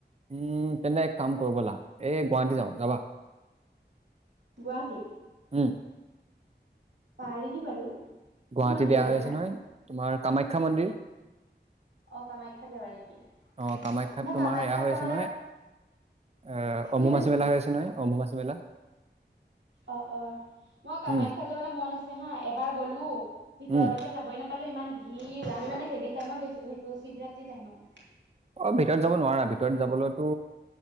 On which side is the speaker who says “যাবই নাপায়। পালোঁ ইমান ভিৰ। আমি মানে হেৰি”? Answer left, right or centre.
Right